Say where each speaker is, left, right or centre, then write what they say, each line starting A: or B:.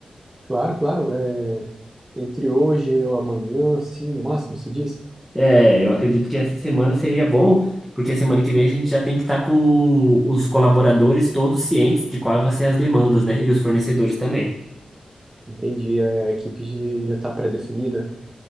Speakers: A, on the right; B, in the centre.
A: Claro, claro. é, entre hoje e amanhã, assim, no máximo, se diz?
B: É, eu acredito que essa semana seria bom, porque semana que vem a gente já tem que estar com os colaboradores todos cientes de quais vão ser as demandas, né? E os fornecedores também.
A: Entendi, a a equipe já está pré-definida.